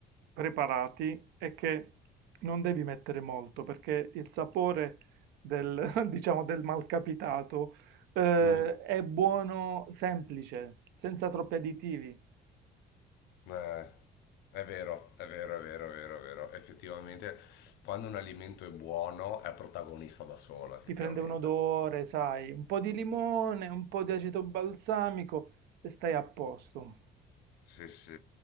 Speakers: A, on the right; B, on the left.
A: preparati è che non devi mettere molto, perché il sapore del, <laughs> diciamo, del malcapitato, eh,
B: Mm,
A: è buono semplice, senza troppi additivi.
B: eh, è vero, è vero, è vero, è vero, è vero. Effettivamente, quando un alimento è buono, è protagonista da solo, effettivamente.
A: ti prende un odore, sai, un po' di limone, un po' di aceto balsamico e stai a posto.
B: Sì, sì.